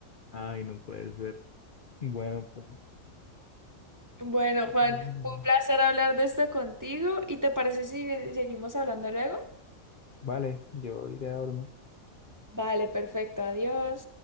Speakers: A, on the left; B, on the right.
A: Ay, no puede ser. Bueno, pues,
B: Bueno, Juan,
A: bueno, pues.
B: fue un placer hablar de esto contigo y ¿te parece si seguimos hablando luego?
A: Vale, yo iré a dormir.
B: Vale, perfecto, adiós.